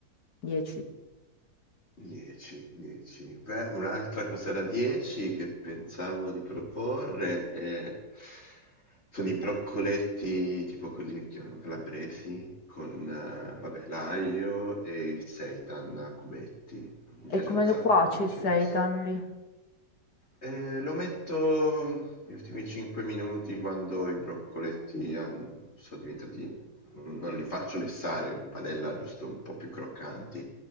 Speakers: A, on the left; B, on the left.
A: 10.
B: 10, 10. Beh, un'altra cosa da 10 che pensavo di proporre è- sono i broccoletti tipo quelli che chiamano calabresi con eh, vabbè, l'aglio e il seitan a cubetti. Mi
A: E
B: piace
A: come
B: un sacco
A: lo cuoci
B: come
A: il
B: ci
A: seitan
B: si Ehm, lo metto gli ultimi 5 minuti quando i broccoletti han- sono diventati, non li faccio lessare in padella, giusto un po' più croccanti,